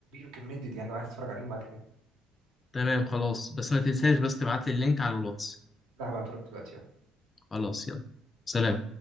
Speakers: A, on the right; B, on the left.
A: كمية يعني لو عايز تتفرج عليهم بعد كده
B: تمام خلاص بس ما تنساش
A: ماشي.
B: بس تبعت لي اللينك على الواتس
A: لا هبعته لك دلوقتي يلا.
B: خلاص يلا سلام